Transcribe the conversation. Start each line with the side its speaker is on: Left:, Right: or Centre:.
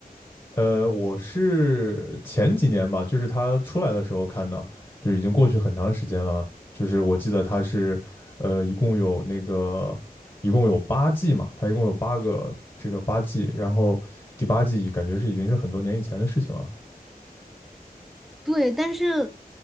Left: 呃，我是前几年吧，就是它出来的时候看的，就已经过去很长时间了，就是我记得它是呃一共有那个一共有八季嘛，它一共有八个这个八季，然后第八季感觉是已经是很多年以前的事情了。
Centre: 对，但是